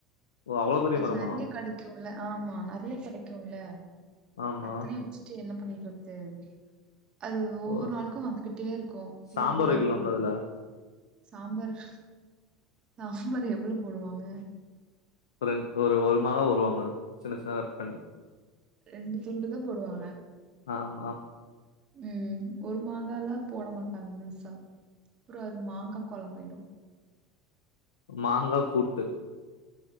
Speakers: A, on the left; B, on the right.
A: ஓ அவ்வளோ பெரிய
B: அது
A: மரமா
B: நெறைய கெடைக்குல்ல ஆமா நெறைய கெடைக்குல்ல
A: ஆமா
B: அத்தனையு ஃபஸ்ட்டு என்ன பண்ணியிறத்து அது ஒவ்வொரு
A: ஓ
B: நாளுக்கு வந்துகிட்டே இருக்கு
A: சாம்பார்
B: உள்ளுக்குள்ள
A: வைக்கலாம்ல
B: இருக்குங்க
A: அதுல
B: சாம்பாரு சாம்பார் எவ்ளோ போடுவாங்க
A: ஒரு ரெண் ஒரு ஒரு மாங்கா ஒருவாங்க சின்ன சின்ன கட் பண்ணி
B: ரெண்டு துண்டு தா போடுவாங்க
A: ஆமா அ
B: ம் ஒரு மாங்கால போட மாட்டாங்க முழுசா அப்றோ அது மாங்கா கொழம்பாயிரு
A: மாங்கா கூட்டு